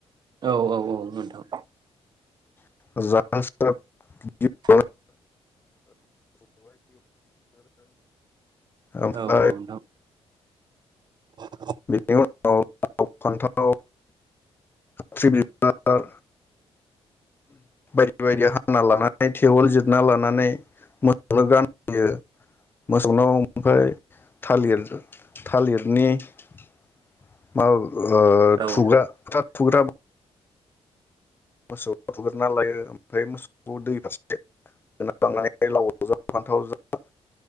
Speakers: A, on the right (about 40°); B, on the left (about 20°).
A: औ औ औ नोंथां
B: <unintelligible>
A: <inaudible>
B: ओमफ्राय
A: औ औ नोंथां <inaudible>
B: बेनि उनाव लाव फान्थाव खाथ्रि बिबार बायदि बायदि हाना लानानै थेवल जिरना लानानै मोसौनो गानहोयो मोसौनाव ओमफ्राय थालिर थालिरनि <inaudible> <unintelligible> ओ
A: औ
B: थुग्रा <unintelligible> मोसौ थुग्रोना लायो ओमफ्राय मोसौखौ दै फारसे लांनानै लावजों फान्थावजों